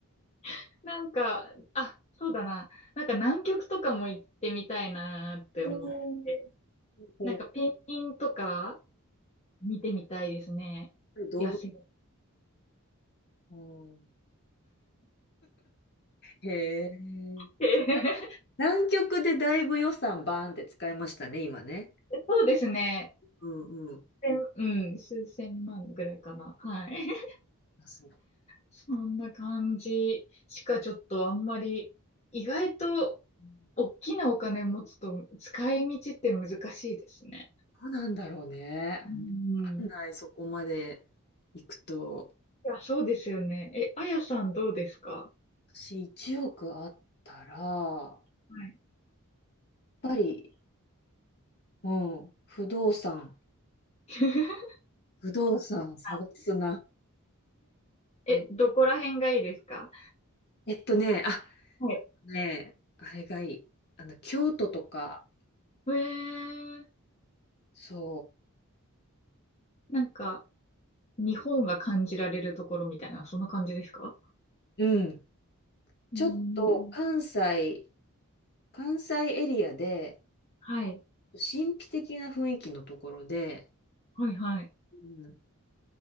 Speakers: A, on the left; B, on the left.
A: <laughs> なんか、あ、そうだな。なんか南極とかも行ってみたいなって思って。
B: うんうんう
A: なんかペンギンとか見てみたいですね。
B: ん動物、
A: 野生っ
B: うん。へえ。
A: て。<laughs>
B: 南極でだいぶ予算バーンって使いましたね、今ね。
A: そうですね。
B: うんうん。
A: せんうん、数千万ぐらいかな。はい。<laughs>
B: あ、そう。
A: そんな感じしかちょっとあんまり、意外と
B: うん
A: 大きなお金持つと使い道って難しいですね。
B: どうなんだろうね。
A: うん。
B: わかんない、
A: い
B: そこまで行くと。
A: や、そうですよね。え、あやさんどうですか
B: 私、1億あったら、やっ
A: はい
B: ぱり、うん、不動産。
A: <laughs>
B: 不動産探すな。
A: あえ、
B: うん
A: どこら辺がいいですか
B: えっとね、あ、
A: はい。
B: ね、あれがいい。あの、京都とか、
A: えー、
B: そ
A: なんか、日本が感じられるところみたいな、そんな感じですか
B: う、うん。
A: うーん。
B: ちょっと関西、関西エリアで、
A: はい。
B: 神秘的な雰囲気のところで、
A: はいはい。
B: うん、